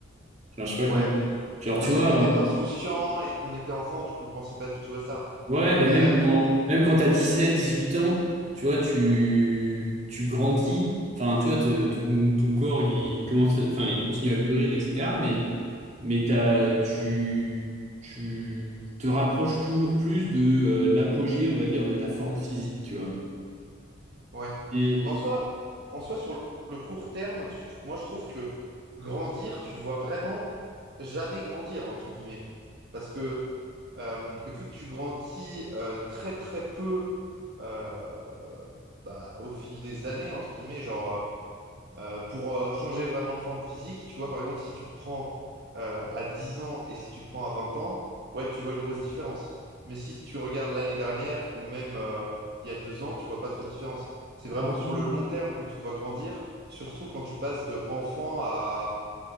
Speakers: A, on the right; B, on the right.
A: Genre, je sais
B: ouais.
A: pas comment. dire. Genre,
B: Parce
A: tu vois,
B: qu'on était insouciant et qu'on était enfant, du coup, on pensait pas du tout à ça.
A: Ouais, mais
B: Mais
A: même
B: là, vu
A: quand,
B: qu'on...
A: même quand t'as dix-sept, dix-huit ans, tu vois, tu, tu grandis, enfin, tu vois, te- ton, ton corps, il commence, à- enfin, il continue à mûrir, etc. Mais, mais t'as, tu, tu te rapproches toujours plus de euh, l'apogée, on va dire, de ta forme physique, tu vois.
B: Ouais.
A: Et,
B: Mais en soi, en soi, sur le court terme, tu te- moi, je trouve que grandir, tu te vois vraiment jamais grandir, entre guillemets. Parce que euh, vu que tu grandis euh, très, très peu euh, bah, au fil des années, entre guillemets, genre... euh, Euh, pour euh, changer vraiment de forme physique, tu vois, par exemple, si tu te prends euh, à 10 ans et si tu te prends à 20 ans, ouais, tu vois une grosse différence. Mais si tu regardes l'année dernière ou même euh, il y a deux ans, tu vois pas trop de différence. C'est
A: Oh,
B: vraiment sur
A: non.
B: le long terme que tu te vois grandir, surtout quand tu passes de enfant à,